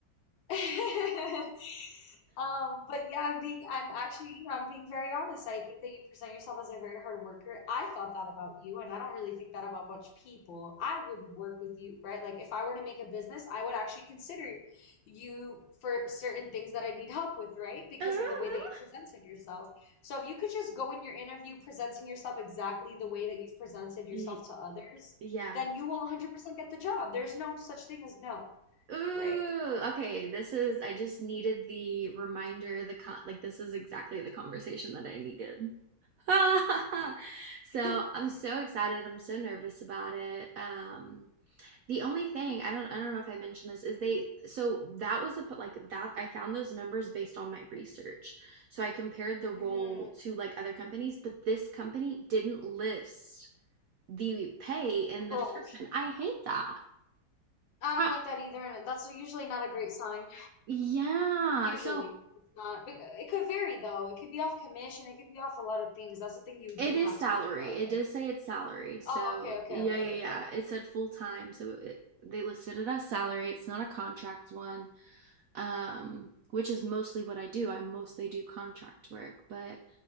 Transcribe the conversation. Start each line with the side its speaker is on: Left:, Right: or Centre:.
Left: <laughs> Um, but yeah, I'm being, I'm actually, you know, I'm being very honest. I think that you present yourself as a very hard worker. I thought that about you, and I don't really think that about much people. I would work with you, right? Like if I were to make a business, I would actually consider you for certain things that I need help with, right? Because
Right: <laughs> Ooh.
Left: of the way that you presented yourself. So if you could just go in your interview presenting yourself exactly the way that you've presented
Right: Y-
Left: yourself to others,
Right: Yeah.
Left: then you will 100% get the job. There's no such thing as no,
Right: Ooh,
Left: right?
Right: okay. This is, I just needed the reminder, the con like this is exactly the conversation that I needed. <laughs> So
Left: <laughs>
Right: I'm so excited. I'm so nervous about it. Um, The only thing I don't I don't know if I mentioned this is they so that was a like that I found those numbers based on my research. So I compared the role
Left: hmm
Right: to like other companies, but this company didn't list the pay in
Left: Rolls.
Right: the description. I hate that.
Left: I don't
Right: Ha-
Left: like that either, and that's usually not a great sign.
Right: yeah.
Left: Usually,
Right: So
Left: it's not. Bec- It could vary though. It could be off commission. It could be off a lot of things. That's the thing you
Right: it
Left: do
Right: is
Left: have
Right: salary.
Left: to worry about,
Right: It
Left: right?
Right: does say it's salary. So
Left: Oh, okay, okay,
Right: yeah,
Left: okay,
Right: yeah,
Left: okay.
Right: yeah. It said full time. So it, they listed it as salary. It's not a contract one. um, which is mostly what I do. I mostly do contract work, but